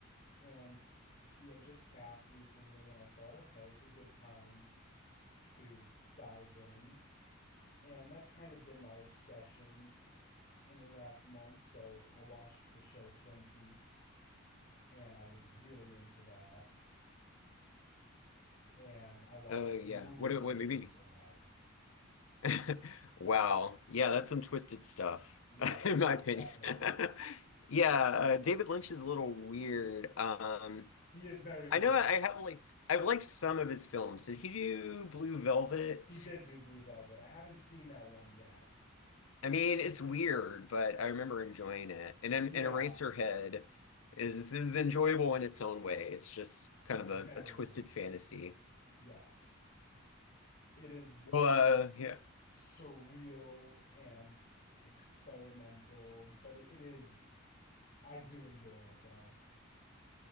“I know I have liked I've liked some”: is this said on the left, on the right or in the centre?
Left